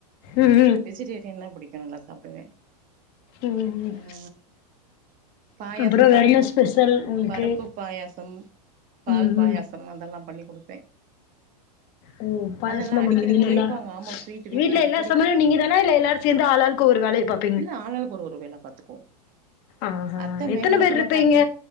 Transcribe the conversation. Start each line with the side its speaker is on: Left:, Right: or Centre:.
Left: ம்
Right: வெஜிடேரியன்னா புடிக்கு நல்லா சாப்டுவே
Left: ம் ம் ம்
Right: ஆ பாயாசம்
Left: அப்றோ
Right: பருப்பு
Left: வேற என்ன ஸ்பெஷல் உங்களுக்கு
Right: பருப்பு பாயாசம் பால்
Left: ம்
Right: பாயாச
Left: ம்
Right: <unintelligible> அதெல்லா பண்ணி குடுப்பே
Left: ஓ பாயசம்ல
Right: அதெல்லா அடிக்கடி
Left: பண்ணுவீங்ளா
Right: கேப்பாங்க ஆமா ஸ்வீட்
Left: வீட்ல
Right: அடிக்கடி
Left: எல்லா சமையலு நீங்க தானா இல்ல எல்லாரு சேந்து ஆளாளுக்கு ஒரு வேலைய பாப்
Right: இல்ல ஆளாளுக்கு ஒரு ஒரு வேல பாத்துக்குவோ
Left: ஆஹா
Right: அத்த மே
Left: எத்தன
Right: வேல
Left: பேர்
Right: ஃபுல்லா
Left: இருப்பீங்க
Right: பாத்து